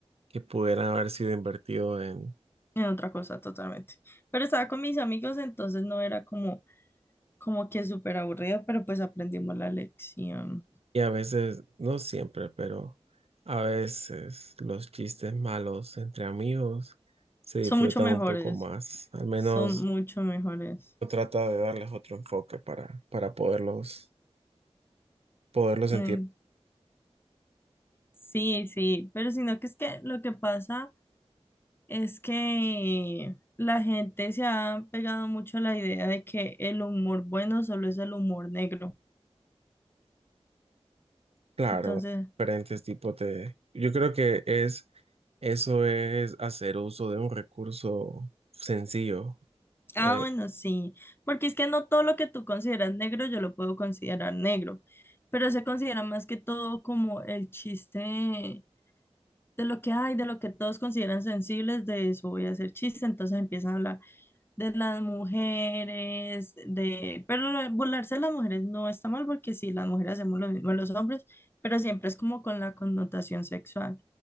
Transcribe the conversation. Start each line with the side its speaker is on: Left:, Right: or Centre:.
Right: que pudieran haber sido invertido en.
Left: en otra cosa totalmente. Pero estaba con mis amigos, entonces no era como, como que súper aburrido, pero pues aprendimos la lección.
Right: Y a veces, no siempre, pero a veces los chistes malos entre amigos se disfrutan
Left: Son mucho mejores,
Right: un poco más. Al menos
Left: son mucho mejores.
Right: uno trata de darles otro enfoque para, para poderlos, poderlos sentir.
Left: Eh, sí, sí, pero sino que es que lo que pasa es que la gente se ha pegado mucho a la idea de que el humor bueno solo es el humor negro.
Right: Claro,
Left: Entonces...
Right: diferentes tipos de... Yo creo que es eso es hacer uso de un recurso sencillo. Eh,
Left: Ah, bueno, sí, porque es que no todo lo que tú consideras negro yo lo puedo considerar negro, pero se considera más que todo como el chiste de lo que hay, de lo que todos consideran sensibles, de eso voy a hacer chiste, entonces empiezan a hablar de las mujeres, de... Pero lo de burlarse de las mujeres no está mal porque sí, las mujeres hacemos lo mismo de los hombres, pero siempre es como con la connotación sexual.